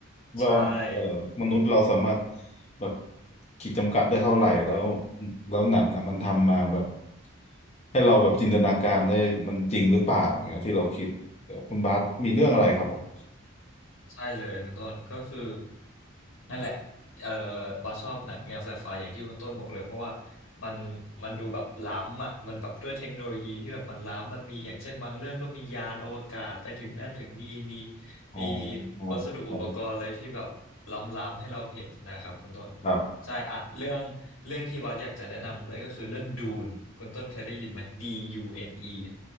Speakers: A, on the left (about 75°); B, on the left (about 30°).
A: ใช่
B: ว่าเออมนุษย์เราสามารถแบบขีดจำกัดได้เท่าไหร่แล้วแล้วหนังอ่ะมันทำมาแบบให้เราแบบจินตนาการได้มันจริงหรือเปล่าเงี้ยที่เราคิดเดี๋ยวคุณบาสมีเรื่องอะไรครับผม
A: ใช่เลยคุณต้นก็คือนั่นแหละเออบาสชอบหนังแนวไซไฟอย่างที่คุณต้นบอกเลยเพราะว่ามันมันดูแบบล้ำอ่ะมันแบบด้วยเทคโนโลยีที่แบบมันล้ำมันมีอย่างเช่นบางเรื่องก็มียานอวกาศไปถึงนั่นถึงนี่มี
B: อ๋อ
A: มี
B: อ๋อครับ
A: วัสดุอุปกรณ์อะไรที่แบบล้ำๆให้เราเห็นนะครับคุณต้น
B: ครับ
A: ใช่อ่ะเรื่องเรื่องที่บาสอยากจะแนะนำเลยก็คือเรื่องดูนคุณต้นเคยได้ยินไหม D U N E